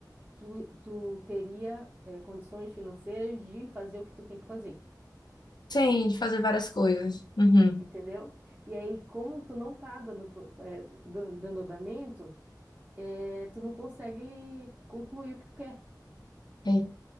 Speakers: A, on the right; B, on the left.
A: tu, tu teria eh, condições financeiras de fazer o que tu tem que fazer,
B: Sim, de fazer várias coisas. Uhum.
A: entendeu? E aí, como tu não tá dando, pro- eh, dan- dando andamento, eh, tu não consegue concluir o que tu quer.
B: É.